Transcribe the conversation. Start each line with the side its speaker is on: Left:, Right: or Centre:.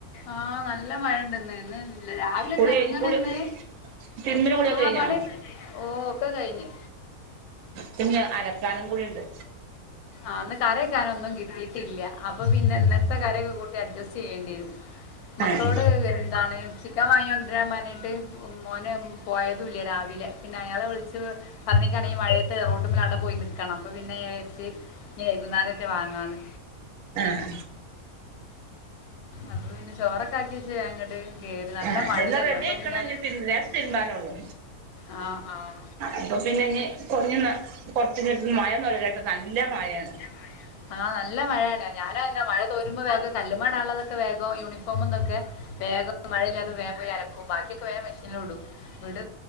Left: ആഹ് നല്ല മഴ ഇണ്ടെന്ന്. രാവിലെ
Right: കുളി
Left: ചെറുങ്ങനന്നേ
Right: കഴി കുളി തിരുമ്പലും കുളിയൊക്കെ
Left: ആഹ്
Right: കഴിഞ്ഞോ
Left: പണി ഓ ഒക്കെ കഴിഞ്ഞ്
Right: പിന്നെ അലക്കാനും കൂടിയുണ്ട്.
Left: ആന്ന് കറിവെക്കാന് ഒന്നും കിട്ടിയിട്ടില്ല. അപ്പൊ പിന്നെ ഇന്നലത്തെ കറിയൊക്കെ കൂട്ടി അഡ്ജസ്റ്റ് ചെയ്യേണ്ടി വരും മക്കളോട്
Right: ആഹ്
Left: എന്താണ് ചി ക്കൻ വാങ്ങിക്കൊണ്ടിരാൻ പറഞ്ഞിട്ട് മോന് പോയതും ഇല്ല രാവിലെ പിന്നെ അയാളെ വിളിച്ച് പറഞ്ഞിട്ടാണെങ്കിൽ മഴയത്ത് റോട്ടുമ്മേൽ അവടെ പോയി നിക്കണം അപ്പൊ പിന്നെ ഞാൻ വിചാരി വൈകുന്നേരത്തെ വാങ്ങാന്ന്.
Right: ആഹ്
Left: അപ്പൊ പിന്നെ ചോറൊക്കെ ആക്കിവെച്ച് വേഗം ഇങ്ങട്ട് കേറി നല്ല
Right: ആഹ്
Left: മഴയല്ലേ
Right: എല്ലാം റെഡി
Left: അപ്പൊ
Right: ആയിക്കണ്
Left: പിന്നെ
Right: ഇഞ്ഞി ലേസം തിരുമ്പാനൊള്ളു.
Left: ആ ആ
Right: അപ്പൊ പിന്നെ ഇനി കൊടഞ്ഞൊന്ന് ച്ചട്ട മഴന്നല്ല കേട്ട് നല്ല മഴയാണ്.
Left: <inaudible> ആഹ് നല്ല മഴയാണ് ഞാനുംങ്ങനെ മഴ തോരുമ്പോ വേഗം കല്ലുമേയിടാനുള്ളതൊക്കെ വേഗം യൂണിഫോമും ഇതൊക്കെ വേഗം മഴയില്ലാത്പ്പൊ വേഗം പോയി അലക്കും ബാക്കിയൊക്കെ മെഷീനിലും ഇടും. വീട്